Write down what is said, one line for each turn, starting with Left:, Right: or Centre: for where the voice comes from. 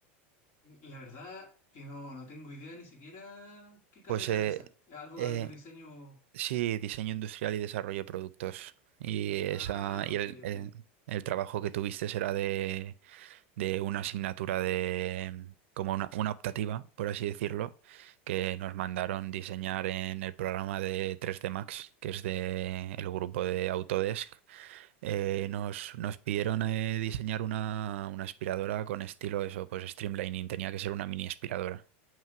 Left: la verdad que no, no tengo idea ni siquiera qué carrera
Right: Pues eh,
Left: es esa. Eh, Algo,
Right: eh,
Left: algo de diseño.
Right: Sí, diseño industrial y desarrollo de productos. Y esa,
Left: Ah,
Right: y
Left: ok,
Right: el, el-
Left: ok.
Right: el trabajo que tuviste era de, de una asignatura de como una, una optativa, por así decirlo, que nos mandaron diseñar en el programa de 3D Max, que es de el grupo de Autodesk. Eh, nos, nos pidieron eh, diseñar una, una aspiradora con estilo eso, pues streamlining, tenía que ser una mini aspiradora.